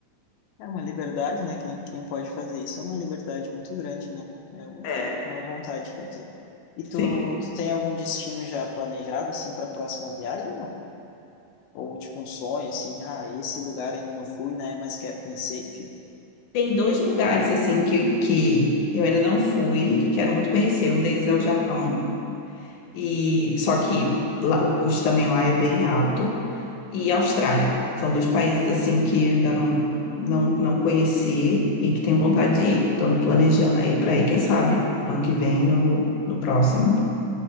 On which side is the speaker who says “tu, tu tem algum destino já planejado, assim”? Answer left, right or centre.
Left